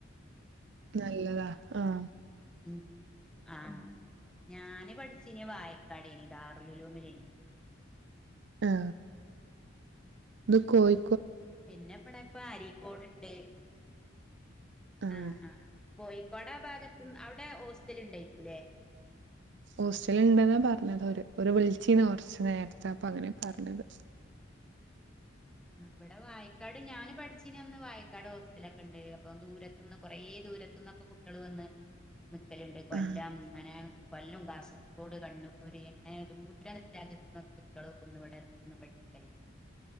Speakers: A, on the right; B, in the centre.
A: നല്ലതാ ആ
B: ഉം ആ ഞാന് പഠിച്ചനി വായക്കാടേനി ഇ ദാറലുലൂമിലേനി
A: ആ ഇത് കോയി
B: പിന്നെ ഇപ്പടെ ഇപ്പൊ അരീക്കോട് ഇണ്ട്
A: ആഹ്
B: ആ ആ കോഴിക്കോടാ ഭാഗത്ത് അവിടെ ഹോസ്റ്റൽ ഉണ്ടേക്കൂല്ലേ.
A: ഹോസ്റ്റൽ ഇണ്ടെന്നാ പറഞ്ഞത് അവർ അവർ വിളിച്ചീരുന്നു കെറച്ച് നേരത്തെ അപ്പോ അങ്ങനെ പറഞ്ഞത്.
B: ആ, ഇവിടെ വാഴക്കാട് ഞാൻ പഠിച്ചിരുന്ന അന്ന് വാഴക്കാട് ഹോസ്റ്റലൊക്കെ ഉണ്ടായിരുന്നു. അപ്പൊ ദൂരത്തിന്ന് കൊറ ദൂരത്തു നിന്നൊക്കെ കുട്ടികൾ വന്ന് നിക്കലുണ്ട് കൊല്ലം
A: ആഹ്
B: അങ്ങനെ കൊല്ലം, കാസർഗോഡ്, കണ്ണൂര് അങ്ങനെ ദൂരം രാജ്യത്ത് കുട്ടികൾ വന്ന് ഇവിടെ നിന്ന് പഠിക്കലായിരുന്നു.